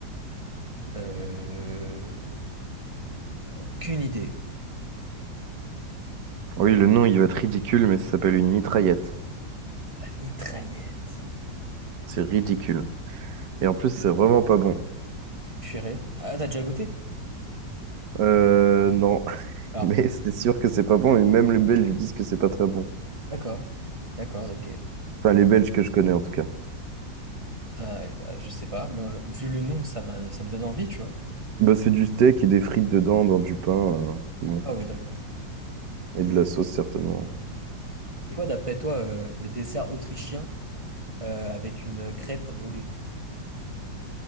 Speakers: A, on the right; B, on the right.
A: Euh... Aucune idée.
B: Oui, le nom, il va être ridicule, mais ça s'appelle une mitraillette.
A: La Mitraillette.
B: C'est ridicule. Et en plus, c'est vraiment pas bon.
A: Purée. Ah, t'as déjà goûté?
B: Euh, non. <laughs>
A: Alors,
B: Mais c'est sûr que c'est pas bon, et même les Belges disent que c'est pas très bon.
A: d'accord. D'accord, ok.
B: Enfin, les Belges que je connais, en tout cas.
A: Ah, bah, je sais pas. Moi, vu le nom, ça m'a, ça me donne envie, tu vois.
B: Bah, c'est du steak et des frites dedans, dans du pain, euh, bon.
A: Ah ouais, d'accord.
B: Et de la sauce, certainement.
A: C'est quoi, d'après toi, euh, le dessert autrichien euh, avec une crêpe roulée?